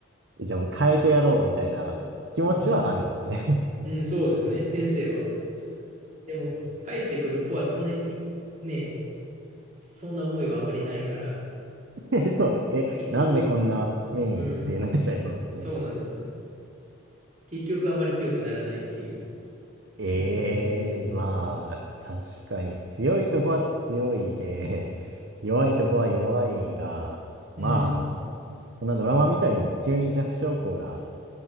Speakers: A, on the right; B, on the right.
A: じゃあもう変えてやろうみたいな気持ちはあるんですね。
B: うん。うん、そうですね、先生は。でも、入ってくる子はそんなにね、そんな思いはあんまりないから、
A: <laughs> そう、え、
B: 結局、
A: なんでこんな目にってなっちゃいそうですね。
B: うん、そうなんですね。結局あんまり強くならないっていう。
A: ええまあ、
B: うん、
A: 確かに強いとこは強いで、<laughs> 弱いとこは弱いが、
B: うん、
A: まあ、そんなドラマみたいに急に弱小校が